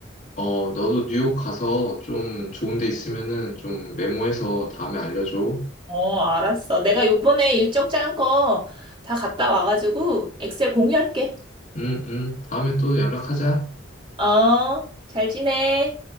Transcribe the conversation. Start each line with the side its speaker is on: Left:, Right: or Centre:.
Left: 어, 너도 뉴욕 가서 좀 좋은 데 있으면은 좀 메모해서 다음에 알려줘.
Right: 어, 알았어. 내가 요번에 일정 짠 거 다 갔다 와가지고 엑셀 공유할게.
Left: 응, 응. 다음에 또 연락하자.
Right: 어, 잘 지내.